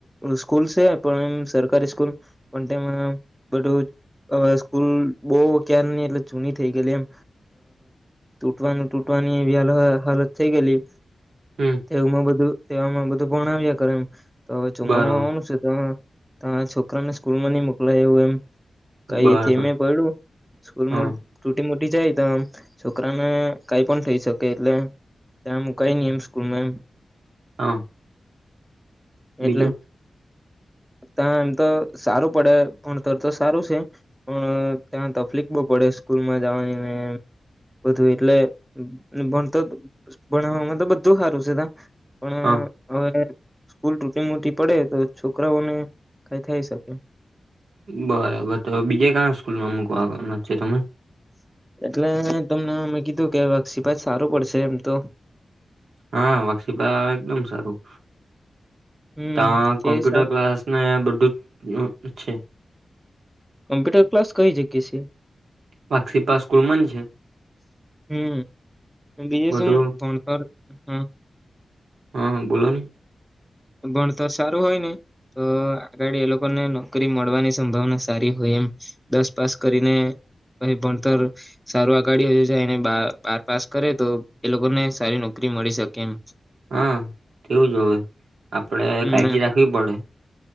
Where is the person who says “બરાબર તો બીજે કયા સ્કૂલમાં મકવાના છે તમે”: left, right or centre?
Right